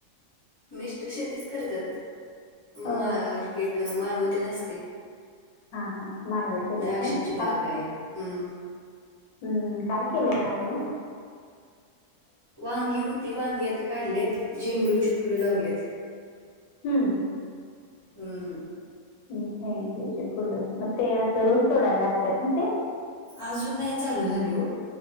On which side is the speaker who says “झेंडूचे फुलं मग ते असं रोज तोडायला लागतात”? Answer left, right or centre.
Left